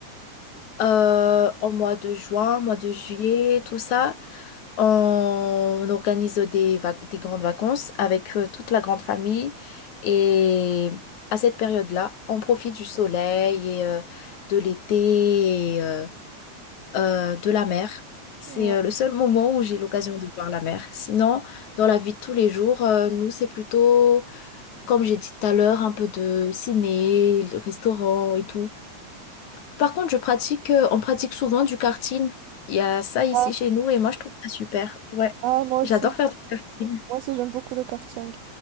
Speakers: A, on the left; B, on the right.
A: euh, au mois de juin, mois de juillet, tout ça. On organise des, vac- des grandes vacances avec euh, toute la grande famille. Et à cette période-là, on profite du soleil et euh, de l'été et euh, euh, de la mer. C'est
B: ouais.
A: euh, le seul moment où j'ai l'occasion de voir la mer. Sinon, dans la vie de tous les jours, euh, nous, c'est plutôt, comme j'ai dit tout à l'heure, un peu de ciné, le restaurant et tout. Par contre, je pratique, euh, on pratique souvent du karting. Il y a ça ici
B: Ah,
A: chez nous et moi je trouve ça super. Ouais,
B: ah, moi
A: j'adore
B: aussi.
A: faire du karting.
B: Moi aussi, j'aime beaucoup le karting.